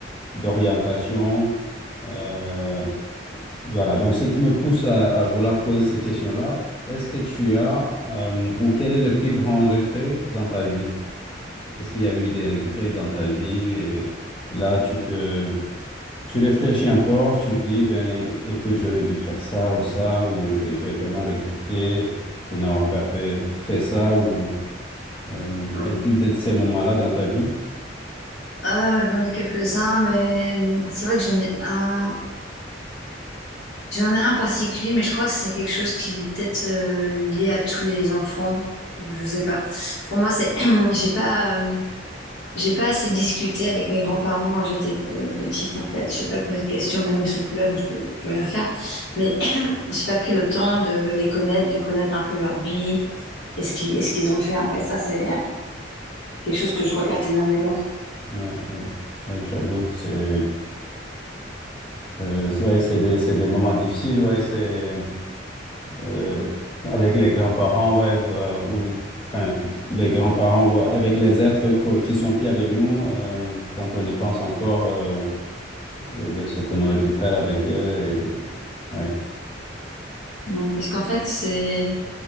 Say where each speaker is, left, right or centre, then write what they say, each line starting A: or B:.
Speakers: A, on the left; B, on the left.
A: d'orientation. Euh, voilà, donc ce qui me pousse à, à vouloir poser cette question-là, est-ce que tu as, euh, ou quel est le plus grand regret dans ta vie? Est-ce qu'il y a eu des regrets dans ta vie? Et là, tu te, tu réfléchis encore, tu te dis, ben, écoute, j'aurais dû faire ça ou ça, ou j'ai j'ai vraiment regretté de n'avoir pas fait, fait ça, ou euh,
B: Hum,
A: y a-t-il de ces moments-là dans ta vie?
B: Ah, j'en ai quelques-uns, mais hum, c'est vrai que j'en ai un. J'en ai un particulier, mais je crois que c'est quelque chose qui est peut-être euh, lié à tous les enfants. Je sais pas. Pour moi, c'est <clears throat> j'ai pas hum, j'ai pas assez discuté avec mes grands-parents quand j'étais euh, petite, en fait. J'ai pas posé de questions. Maintenant, ils sont plus là, donc je peux plus rien faire. Mais <clears throat> j'ai pas pris le temps de les connaître, de connaître un peu leur vie et ce qu'ils et ce qu'ils ont fait, en fait. Ça, c'est euh, quelque chose que je regrette énormément.
A: Ouais, ouais, ouais, j'avoue que c'est, euh, ouais, c'est des, c'est des moments difficiles, ouais, c'est. euh, avec les grands-parents, ouais, euh, ou le- enfin, les grands-parents, ou avec les êtres co- qui sont plus avec nous, euh, quand on y pense encore euh, de ce qu'on aurait pu faire avec eux. Et, ouais.
B: Hum, Parce qu'en fait, c'est